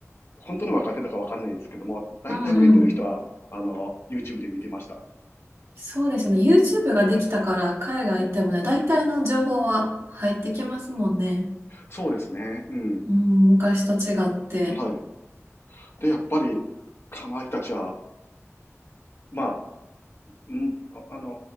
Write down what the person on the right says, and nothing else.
うんうん。
そうですね。YouTube ができたから海外行ってもね、大体の情報は入ってきますもんね。
うん、昔と違って。